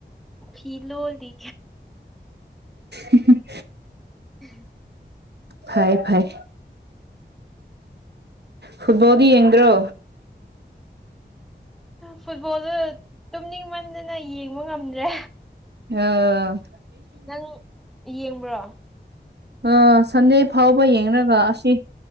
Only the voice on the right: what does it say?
ꯎꯝ
ꯐꯥꯏ ꯐꯥꯏ ꯐꯨꯠꯕꯣꯜꯗ ꯌꯦꯡꯗ꯭ꯔꯣ
ꯑ
ꯑ ꯁꯟꯗꯦ ꯐꯥꯎꯕ ꯌꯦꯡꯒ ꯑꯁꯤ